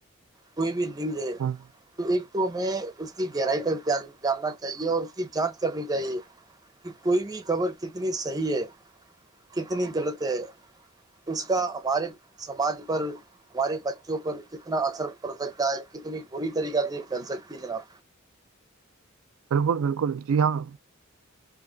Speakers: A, on the right; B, on the right.
A: کوئی بھی لن جائے
B: ہاں
A: تو ایک تو ہمیں اس کی گہرائی تک ج جاننا چاہیے اور اس کی جانچ کرنی چاہیے کہ کوئی بھی خبر کتنی صحی ہے کتنی غلط ہے اس کا ہمارے سماج پر ہمارے بچوں پر کتنا اثر پڑ سکتا ہے کتنی بری طریقہ سے پھیل سکتی ہے جناب
B: بالکل بالکل جی ہاں